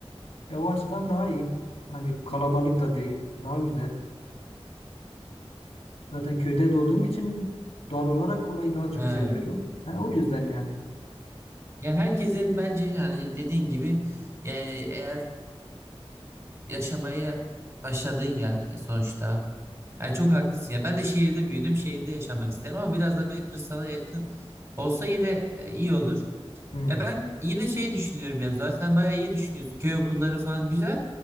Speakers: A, on the left; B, on the right.
A: E o açıdan daha iyi. Hani kalabalık da değil, daha güzel. Zaten köyde doğduğum için doğal olarak orayı daha çok
B: Ha.
A: seviyorum. Ha, o yüzden yani.
B: ya herkesin bence yani dediğin gibi yani eğer yaşamaya başladığın yer sonuçta. Yani çok haklısın ya. Ben de şehirde büyüdüm. Şehirde yaşamak isterim ama biraz daha böyle kırsala yakın olsa yine e, iyi olur.
A: Hmm,
B: Ya ben yine şey düşünüyorum ya zaten sen bayağı iyi düşünüyorsun. Köy okulları falan güzel.